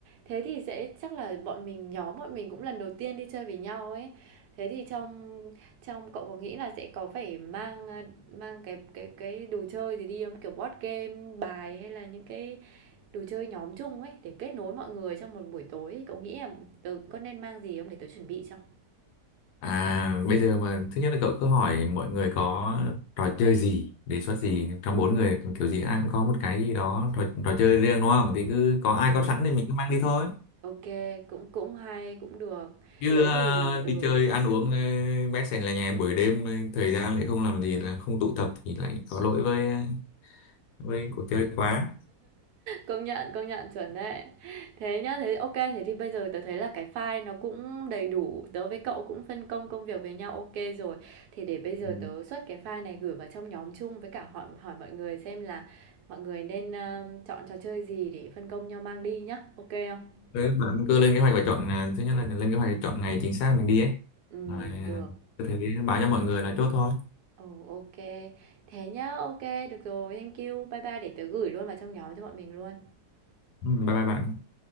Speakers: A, on the right; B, on the left.
A: Thế thì sẽ chắc là bọn mình nhóm bọn mình cũng lần đầu tiên đi chơi với nhau ấy. Thế thì trong trong cậu có nghĩ là sẽ có phải mang à, mang cái cái cái đồ chơi gì đi không? Kiểu board game, bài hay là những cái đồ chơi nhóm chung ấy để kết nối mọi người trong một buổi tối ấy. Cậu nghĩ là tớ có nên mang gì không để tớ chuẩn bị cho?
B: à bây giờ mà thứ nhất là cậu cứ hỏi mọi người có trò chơi gì đề xuất gì trong bốn người kiểu gì ai cũng có một cái gì đó trò, trò chơi riêng đúng không thì cứ có
A: Ừm,
B: ai có sẵn thì mình cứ mang đi thôi
A: ok, cũng cũng hay, cũng được.
B: chứ
A: Thế
B: ờ,
A: thì ừ
B: đi chơi ăn uống ờ, bét sèn là nhà buổi đêm ờ, thời gian lại không làm gì là không tụ tập thì lại có lỗi với ờ, với cuộc chơi quá
A: Công nhận, công nhận, chuẩn đấy. Thế nhá, thế ok thế thì bây giờ tớ thấy là cái file nó cũng đầy đủ, tớ với cậu cũng phân công công việc với nhau ok rồi. Thì để bây giờ
B: Ừ.
A: tớ xuất cái file này gửi vào trong nhóm chung với cả hỏi hỏi mọi người xem là mọi người nên, ờ, chọn trò chơi gì để phân công nhau mang đi nhá, ok không?
B: Thế bạn cứ lên kế hoạch và chọn ờ, thứ nhất là lên kế hoạch và chọn ngày chính xác mình đi ấy
A: Ừm,
B: rồi ờ,
A: được.
B: cứ thế báo cho mọi người là chốt thôi
A: Ừ, ok Thế nhá, ok được rồi, thank you. Bye bye, để tớ gửi luôn vào trong nhóm cho bọn mình luôn.
B: ừ, bye bye bạn